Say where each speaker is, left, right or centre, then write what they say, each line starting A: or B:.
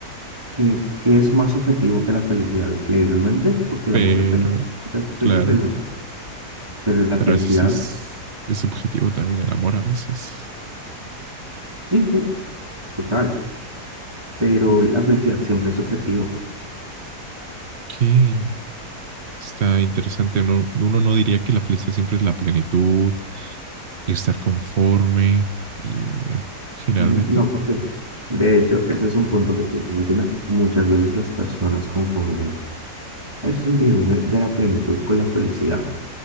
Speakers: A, on the right; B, on the right.
A: que, que es más objetivo que la felicidad, increíblemente, porque el
B: Pero,
A: amor depende muchas veces
B: claro,
A: de los, pero la
B: pero
A: felicidad,
B: a veces es, es subjetivo también el amor a veces.
A: sí, sí, total, pero la felicidad siempre es subjetiva.
B: Ok, está interesante. No, uno no diría que la felicidad siempre es la plenitud y estar conforme y eh, generalmente.
A: Mm, No, porque de hecho, ese es un punto que te iba a mencionar. Muchas veces las personas confunden el sentido de, de la plenitud con la felicidad.